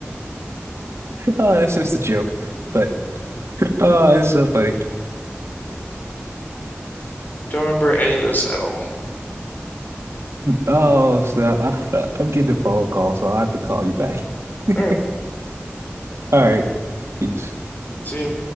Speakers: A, on the right; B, on the left.
A: oh, that's just a joke, but oh, it's so funny.
B: Don't remember any of this at all.
A: Oh, snap. I, I'm getting a phone call, so i have to call you back. <laughs>
B: All right.
A: All right. Peace.
B: See you.